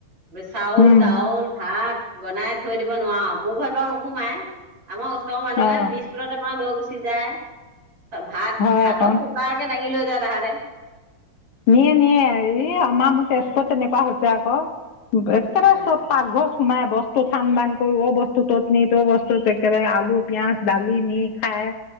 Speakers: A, on the right; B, on the left.
A: চাউল,
B: উম
A: তাউল, ভাত বনাই থৈ দিব নোৱাৰো মোৰ ঘৰত বাৰু নোসোমাই। আমাৰ ওচৰ মানহে
B: অ
A: বিছকুত তেমালৈ গৈছে চিজাইয় ভাত
B: হয়
A: ভাতৰ
B: আকৌ।
A: কুকাৰ কে দাঙি লৈ যায় তাহাঁতে।
B: নিয়ে নিয়ে হৰি আমাৰ মোৰ তেজপুৰ তেনেকুৱা হৈছে ক একেবাৰে
A: উম
B: চব পাগঘৰত সোমাই বস্তু চান বান কৰি অ বস্তু তত নি ত' বস্তুত একেবাৰে আলু পিয়াঁজ দালি নি খাই